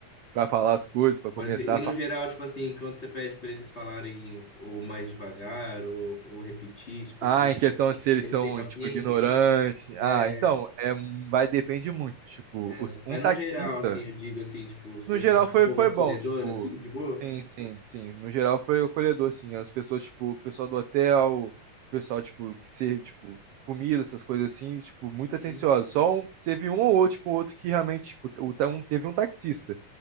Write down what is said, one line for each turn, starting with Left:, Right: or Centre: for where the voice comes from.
Right: pra falar as coisas, pra começar
Left: Pode crer. E
Right: a
Left: no
Right: falar.
Left: geral, tipo assim, quando você pede pra eles falarem ou mais devagar ou, ou repetir, tipo
Right: Ah,
Left: assim,
Right: em questão de se eles
Left: eles
Right: são,
Left: têm paciência,
Right: tipo, ignorantes.
Left: assim?
Right: Ah,
Left: É,
Right: então, é, vai depende muito. Tipo,
Left: é,
Right: os-
Left: né? Mas
Right: um taxista,
Left: no geral, assim, eu digo assim, tipo, você
Right: No geral
Left: é um
Right: foi,
Left: povo
Right: foi
Left: acolhedor,
Right: bom, tipo,
Left: assim, de boa?
Right: sim, sim, sim. No geral foi acolhedor, assim. As pessoas, tipo, o pessoal do hotel, o pessoal, tipo, que serve, tipo, comida, essas coisas assim, tipo, muito
Left: Uhum.
Right: atencioso Só um, teve um ou outro, tipo, outro que realmente, tipo, o ta- um, teve um taxista